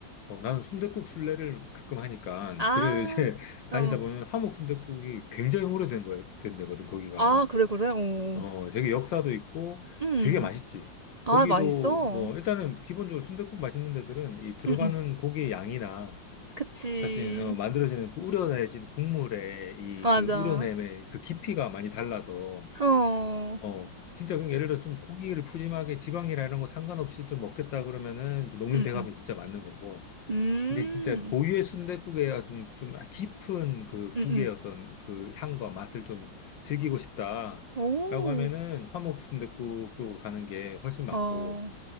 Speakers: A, on the left; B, on the right.
A: 어, 나는 순댓국 순례를 가끔 하니까,
B: 아,
A: 그래 이제 <laughs> 다니다
B: 어.
A: 보면 함옥 순댓국이 굉장히 오래된 거야, 된 데거든, 거기가.
B: 아 그래 그래. 어. 어.
A: 어, 되게 역사도 있고
B: 음.
A: 되게 맛있지.
B: 아
A: 거기도,
B: 맛있어.
A: 어, 일단은 기본적으로 순댓국 맛있는 데들은 이 들어가는
B: 음 음.
A: 고기의 양이나
B: 그치.
A: 사실, 어, 만들어지는 그 우려내진 국물의 이
B: 맞아.
A: 그 우려냄의 그 깊이가 많이 달라서
B: 어.
A: 어, 진짜 그 예를 들어 좀 고기를 푸짐하게 지방이라 이런 거 상관없이 좀 먹겠다 그러면은 이제 농민
B: 응,
A: 배합이
B: 응.
A: 진짜 맞는 거고.
B: 음.
A: 근데 진짜 고유의 순댓국에 좀, 좀 깊은 그
B: 음음.
A: 국의 어떤 그 향과 맛을 좀 즐기고 싶다라고
B: 오.
A: 하면은 화목 순댓국 쪽으로 가는 게 훨씬 맞고,
B: 어.